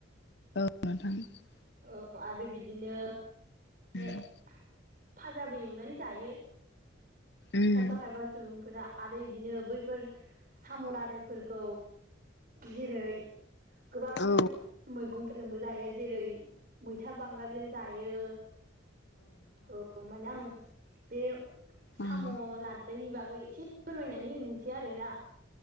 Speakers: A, on the left; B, on the right.
A: <unintelligible>
B: औ आरो बिदिनो
A: उम
B: ए फाजाबो एवनानै जायो।
A: उम
B: खायफा खायफा सुबुंफोरा आरो इदिनो बैफोर साम' लादाय फोरखौ जेरै गोबां
A: औ
B: मैगं फोरजोंबो जायो जेरै मैथा बांगालजों जायो। औ माने आं बे साम'
A: उम
B: ला बैनि बागै एसे फोरमायनानै होनोसै आरो ना।